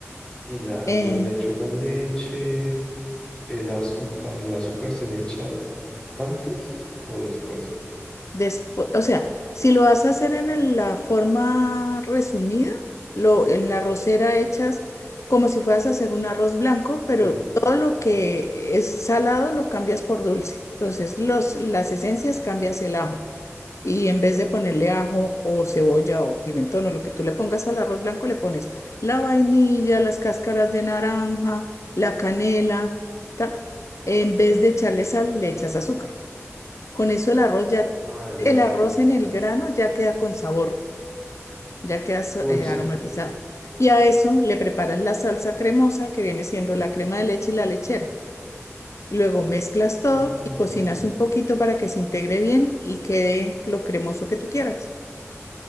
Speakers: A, on the left; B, on the left.
A: Y ya después
B: Eh,
A: le echo la leche, el azu- al azúcar se le echa antes o después.
B: Después, o sea, si lo vas a hacer en el- la forma resumida, lo, en la rosera echas como si fueras a hacer un arroz blanco, pero
A: Sí.
B: todo lo que es salado lo cambias por dulce. Entonces, los, las esencias cambias el ajo. Y en vez de ponerle ajo o cebolla o pimentón o lo que tú le pongas al arroz blanco, le pones la vainilla, las cáscaras de naranja, la canela, ¿ta? En vez de echarle sal, le echas azúcar. Con eso el arroz ya,
A: Ah, listo.
B: el arroz en el grano ya queda con sabor, ya queda so-
A: Dulce.
B: eh, aromatizado. Y a eso le preparas la salsa cremosa que viene siendo la crema de leche y la lechera. Luego mezclas todo
A: Ah,
B: y cocinas
A: ok.
B: un poquito para que se integre bien y quede lo cremoso que tú quieras.